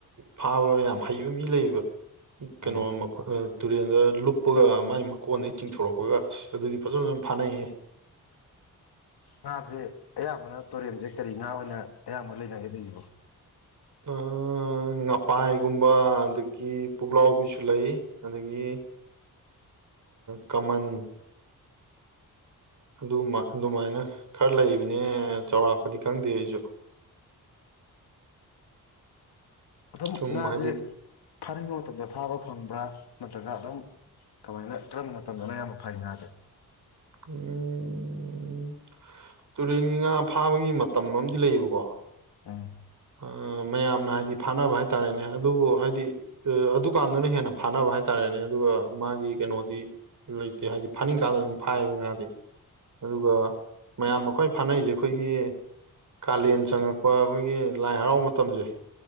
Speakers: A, on the right; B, on the left.
A: ꯐꯥꯕ ꯌꯥꯝ ꯍꯩꯕ ꯃꯤ ꯂꯩꯕ ꯀꯩꯅꯣ
B: ꯑꯥ
A: <unintelligible> ꯇꯨꯔꯦꯟꯗ ꯂꯨꯞꯄꯒ ꯃꯥꯏ ꯃꯀꯣꯟꯗꯒꯤ ꯆꯤꯡꯊꯣꯔꯛꯄꯒ ꯑꯥꯁ ꯑꯗꯨꯗꯤ ꯐꯖ ꯐꯖꯅ ꯐꯥꯅꯩꯌꯦ
B: ꯉꯥꯁꯦ ꯑꯌꯥꯝꯕꯅ ꯇꯨꯔꯦꯟꯁꯦ ꯀꯔꯤ ꯉꯥ ꯑꯣꯏꯅ ꯑꯌꯥꯝꯕ ꯂꯩꯅꯒꯗꯣꯏꯖꯤꯕꯣ
A: ꯑꯥꯥ ꯉꯄꯥꯏꯒꯨꯝꯕ ꯑꯗꯒꯤ ꯄꯨꯛꯂꯥꯎꯕꯤꯁꯨ ꯂꯩ ꯑꯗꯒꯤ ꯀꯃꯟ ꯑꯗꯨꯃꯥ ꯑꯗꯨꯃꯥꯏꯅ ꯈꯔ ꯂꯩꯕꯅꯦ ꯆꯥꯎꯔꯥꯛꯄꯗꯤ ꯈꯪꯗꯦ ꯑꯩꯁꯨ
B: ꯑꯗꯨꯝ
A: ꯁꯨꯝ
B: ꯉꯖꯦ
A: ꯍꯥꯏꯗꯤ
B: ꯐꯥꯅꯤꯡꯕ ꯃꯇꯝꯗ ꯐꯥꯕ ꯐꯪꯕ꯭ꯔꯥ ꯅꯠꯇ꯭ꯔꯒ ꯑꯗꯨꯝ ꯀꯃꯥꯏꯅ ꯀꯔꯝꯕ ꯃꯇꯝꯗꯅ ꯑꯌꯥꯝꯕ ꯐꯥꯏ ꯉꯥꯖꯦ
A: ꯎꯝ ꯇꯨꯔꯦꯟꯒꯤ ꯉꯥ ꯐꯥꯕꯒꯤ ꯃꯇꯝ ꯑꯃꯗꯤ ꯂꯩꯌꯦꯕꯀꯣ
B: ꯎꯝ꯫
A: ꯑꯥ ꯃꯌꯥꯝꯅ ꯍꯥꯏꯗꯤ ꯐꯥꯅꯕ ꯍꯥꯏꯇꯥꯔꯦꯅꯦ ꯑꯗꯨꯕꯨ ꯍꯥꯏꯗꯤ ꯑ ꯑꯗꯨꯀꯥꯟꯗꯨꯅ ꯍꯦꯟꯅ ꯐꯥꯅꯕ ꯍꯥꯏꯇꯥꯥꯔꯦꯅꯦ ꯑꯗꯨꯒ ꯃꯥꯒꯤ ꯀꯩꯅꯣꯗꯤ ꯂꯩꯇꯦ ꯍꯥꯏꯗꯤ ꯐꯥꯅꯤꯡꯀꯥꯟꯗ ꯑꯗꯨꯝ ꯐꯥꯏꯌꯦꯕ ꯉꯥꯗꯤ ꯑꯗꯨꯒ ꯃꯌꯥꯝꯅ ꯈꯋꯥꯏ ꯐꯥꯅꯩꯖꯦ ꯑꯩꯈꯣꯏꯒꯤ ꯀꯥꯂꯦꯟ ꯆꯪꯉꯛꯄ ꯑꯩꯈꯣꯏꯒꯤ ꯂꯥꯏ ꯍꯔꯥꯎ ꯃꯇꯝꯖꯦ